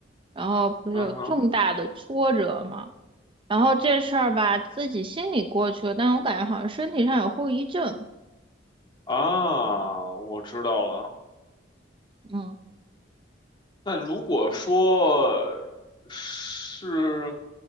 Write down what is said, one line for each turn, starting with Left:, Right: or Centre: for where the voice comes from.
Right: 然后不是有重大的挫折嘛。
Left: 嗯哼，
Right: 然后这事儿吧，自己心里过去了，但是我感觉好像身体上有后遗症。
Left: 啊，我知道了。
Right: 嗯
Left: 那如果说是